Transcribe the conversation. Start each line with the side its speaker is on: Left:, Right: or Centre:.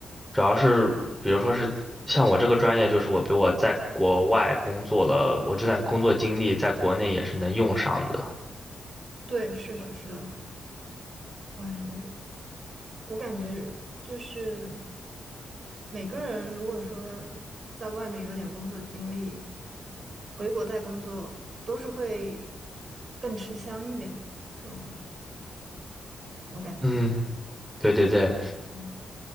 Centre: 主要是比如说是像我这个专业，就是我比我在国外工作了，我这段工作经历在国内也是能用上的。
Right: 对，是的，是的，哎，我感觉就是每个人如果说在外面有点工作经历，回国再工作都是会更吃香一点的，说我感觉。
Centre: 嗯，对对对。
Right: 嗯